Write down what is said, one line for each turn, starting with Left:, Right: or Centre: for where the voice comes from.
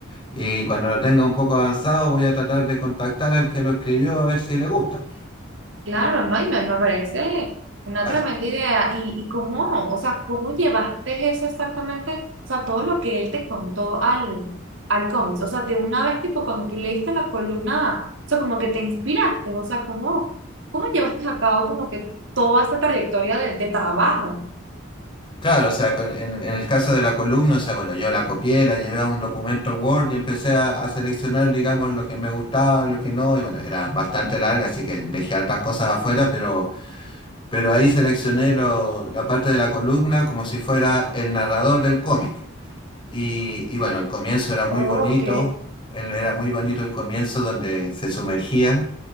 Left: y cuando lo tenga un poco avanzado voy a tratar de contactar al que lo escribió a ver si le gusta.
Right: Claro, ¿no? Y me, me parece una
Left: Ah,
Right: tremenda idea. ¿Y, y cómo? O sea, ¿cómo llevaste eso exactamente? O sea, todo lo que él te contó al, al cómics. O sea, de una vez, tipo, cuando tú leíste la columna, o sea, como que te inspiraste. O sea, ¿cómo, cómo llevaste a cabo como que toda esta trayectoria de, de trabajo?
Left: Claro, o sea, con- en, en el caso de la columna, o sea, bueno, yo la copié, la llevé a un documento Word y empecé a, a seleccionar, digamos, lo que me gustaba, lo que no, y bueno, era bastante larga, así que dejé otras cosas afuera, pero... pero ahí seleccioné lo- la parte de la columna como si fuera el narrador del cómic. Y, y bueno, el comienzo era muy
Right: Oh,
Left: bonito,
Right: ok.
Left: era muy bonito el comienzo donde se sumergían.